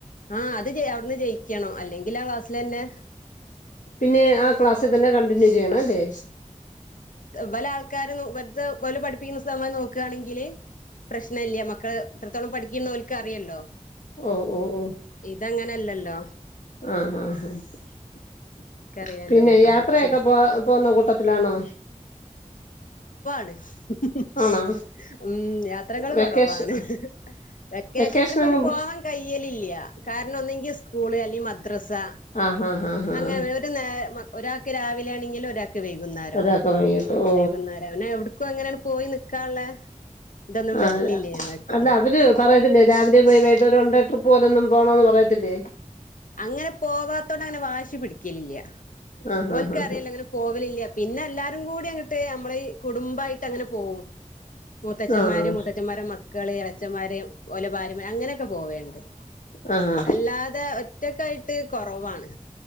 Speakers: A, on the left; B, on the left.
A: ആഹ് അത് അവിട്ന്ന് ജയിക്കണം അല്ലെങ്കിൽ ആ ക്ലാസ്സിലെതന്നെ
B: പിന്നെ ആ ക്ലാസ്സിൽതന്നെ കണ്ടിന്യൂ ചെയ്യണം അല്ലേ
A: പല ആൾക്കാരും വലുതെ പഠിപ്പിക്കുന്ന സമയം നോക്കുകയാണെങ്കില് പ്രശ്നില്ല മക്കള് എത്രത്തോളം പഠിക്കുന്ന ക്കറിയല്ലോ
B: ഓ ഓ ഓ
A: ഇതങ്ങനെയല്ലല്ലോ
B: ആ ആപിന്നെ
A: ഓൽക്കറിയാലോ മക്കളെ
B: യാത്രയൊക്കെ
A: കുറിച്ച്
B: പോ പോന്ന കൂട്ടത്തിലാണോ
A: പ്ലീസ് <unintelligible>
B: ആണോ
A: ഉം യാത്രകള്
B: വെക്കേഷൻ
A: കൊറവാണ് വെക്കേഷൻ
B: വെക്കേഷനെങ്ങും
A: ട്രിപ്പിന് പോവാൻ കഴയീലില്യാ കാരണം ഒന്നെങ്കിൽ സ്കൂളെ മ <unintelligible> ഡ്രെസ്സാ
B: ആഹ് ആഹ് ആഹ് ആഹ്
A: അങ്ങനെ ഒരു നേരം രാ ഒരാക്ക് രാവിലെയാണെങ്കി ഒരാ വൈകുന്നേരം
B: ഒരാൾക്ക് വൈകിട്ട് ഓ
A: വൈകുന്നേരവനെഎവിടെ ഇപ്പാ അങ്ങനെ പോയി നക്കാള്ളെ ഇതൊന്നും
B: ആഹ്
A: വരിലില്ലേ ഞങ്ങക്ക്
B: അല്ല അവര് പറയത്തില്ലേ രാവിലെ വൈബായിട്ടൊരണ്ടേ ട്രിപ്പ് പോലൊന്നും പോണന്ന് പറയത്തില്ലേ
A: അങ്ങനെ പോവാത്തോണ്ട് അങ്ങനെ വാശി പിടിക്കലില്ല
B: ആഹ്
A: ഓൽക്കറിയില്ലങ്കിലും
B: ആഹ്
A: പോവലില്ല പിന്നെല്ലാരും കൂടി അങ്ങിട്ട് നമ്മളയീ കുടുംബായിട്ട് അങ്ങനെ പോവും മൂത്തച്ഛന്മാര്
B: ആഹ്
A: മൂത്തച്ഛന്മാര മക്കള് ഇളച്ചന്മാര് ഓല ഭാര്യമാര് അങ്ങനെയൊക്കെ പോവേണ്ട്
B: ആഹ്
A: അല്ലാതെ ഒറ്റക്കായി ഇട്ട് കുറവാണ്